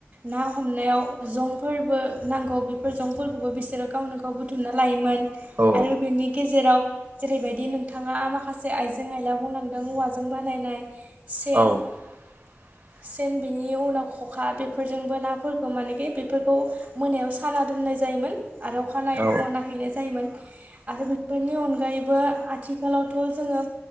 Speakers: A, on the right; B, on the right.
A: ना हमनायाव जंफोरबो नांगौ बेफोर जंफोरखौबो बिसोरो गाव। गावनो गाव बुथुमना लायोमोन
B: औ
A: आरो बिनि गेजेराव। जेरैबायदि नोंथाङा आ माखासे आइजें आइला बुंलांदों औवाजों बानायनाय। सेन।
B: औ <inaudible>
A: सेन बिनि उनाव खखा बेफोरजोंबो नाफोरखौ मानेखि बेफोरखौ मोनायाव साना दोननाय जायोमोन। आरो अखानायै
B: औ
A: फुङाव नायहैनाय जायोमोन आरो बेफोरनि अनगायैबो। बो आथिखालावथ' जोङो